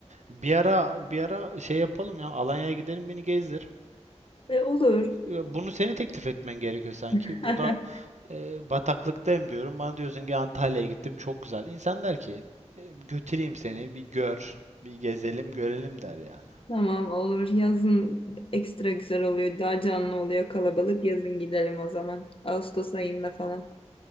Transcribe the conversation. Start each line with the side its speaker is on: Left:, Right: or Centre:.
Right: bir ara bir ara şey yapalım ya Alanya'ya gidelim beni gezdir.
Left: Ve olur.
Right: Ya Bunu seni teklif etmen gerekiyor sanki.
Left: <laughs>
Right: Burada e, bataklıktayım diyorum. Bana diyorsun ki Antalya'ya gittim çok güzel. İnsan der ki "E, götüreyim seni bir gör, bir gezelim görelim der yani.
Left: Tamam olur. Yazın ekstra güzel oluyor. Daha canlı oluyor kalabalık. Yazın gidelim o zaman. Ağustos ayında falan.